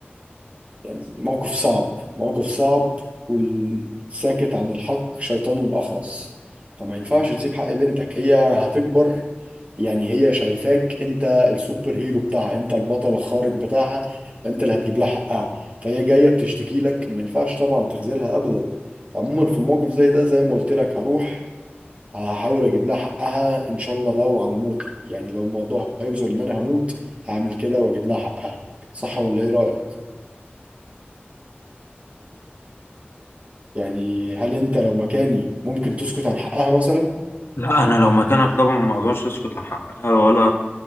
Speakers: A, on the right; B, on the left.
A: يعني موقف صعب موقف صعب والساكت عن الحق شيطان أخرس فما ينفعش تسيب حق بنتك هي هتكبر يعني هي شايفاك انت السوبر هيرو بتاعها انت البطل الخارق بتاعها انت اللي هتجيب لها حقها فهي جاية بتشتكي لك ما ينفعش طبعا تخذلها ابدا عموما في موقف زي ده زي ما قلت لك هروح هحاول اجيب لها حقها ان شاء الله لو على موتي يعني لو الموضوع هيوصل ان انا هموت هعمل كده واجيب لها حقها صح ولا ايه رأيك يعني هل انت لو مكاني ممكن تسكت عن حقها مثلا؟
B: لا انا لو مكانك طبعا ما اقدرش اسكت عن حقها ولا